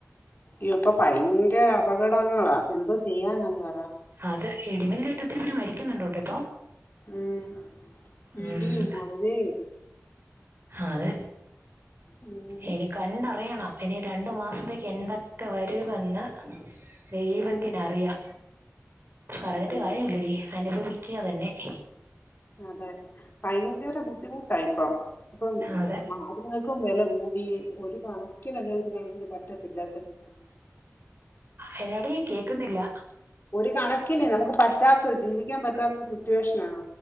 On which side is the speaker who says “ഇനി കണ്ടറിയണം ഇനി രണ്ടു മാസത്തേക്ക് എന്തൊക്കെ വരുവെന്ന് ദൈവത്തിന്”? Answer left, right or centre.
Right